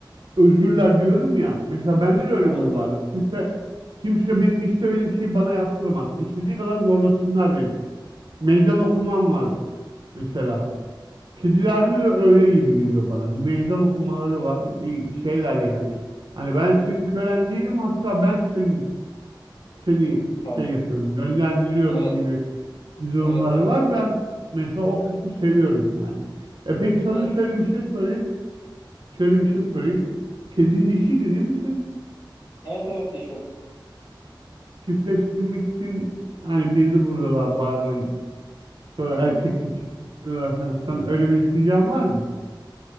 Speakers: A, on the right; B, on the left.
A: özgürler diyorum ya. Mesela bende de öyle
B: Evet
A: bir huy vardır.
B: evet.
A: Kimse kimse benim istemediğim şeyi bana yaptıramaz. İstediği kadar zorlasınlar beni. Meydan okumam var mesela. Kedilerde de öyle gibi geliyor bana. Bir meydan okumaları var. Bir şeyler yani. Hani ben senin kölen değilim hatta ben senin seni
B: Efendim.
A: şey yapıyorum, yönlendiriyorum
B: Evet
A: gibi bir durumları
B: evet evet.
A: var. Ben mesela o kısmı seviyorum yani. E peki sana
B: Evet.
A: şöyle bir şey sorayım. Şöyle bir şey sorayım. Kedin dişiydi değil misin?
B: Evet evet Gişo.
A: Çiftleştirmek için hani birini buluyorlar bazen. Sonra
B: Hı hı.
A: erkekle çiftleştiriyorlar falan. Sen öyle bir düşüncen var mı?